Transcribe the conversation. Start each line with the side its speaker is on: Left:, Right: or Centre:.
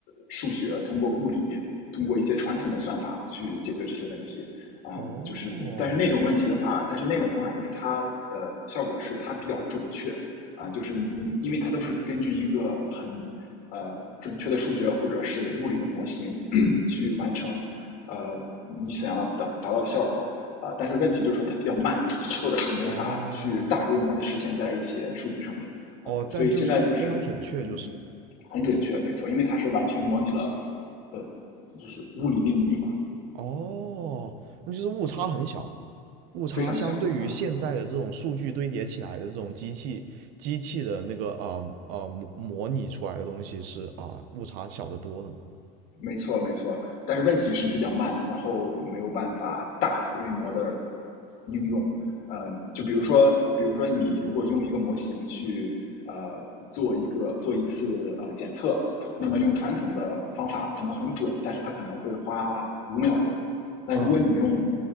Left: 数学、通过物理、通过一些传统的算法去解决这些问题。嗯，
Right: 哦，
Left: 就是但是那种问题的话，但是那种方法就是它呃效果是它比较准确啊、呃就是你因为它都是根据一个很呃准确的数学或者是物理的模型 <coughs> 去完成呃你想要达达到的效果。啊，呃但是问题就是说它比较慢，或者是没法去大规模的实现在一些数据上面。
Right: 哦哦，
Left: 啊，对，所以现在就是嗯，
Right: 但就是非常准确，就是
Left: 很准确，没错，因为它是完全模拟了呃，就是物理定律嘛，
Right: 哦，那就是误差很小，误差相对于现在的这种数据堆叠起来的这种机器机器的那个呃呃模模拟出来的东西是啊、
Left: 非常小啊、
Right: 误差小得多的嘛
Left: 没错，没错，但是问题是比较慢，然后没有办法大规模的应用。呃，就比如说，比如说你如果用一个模型去呃做一个做一次呃检测，那么用传统的方法可能很准，但是它可能会花五秒钟。但如果你用，
Right: 啊、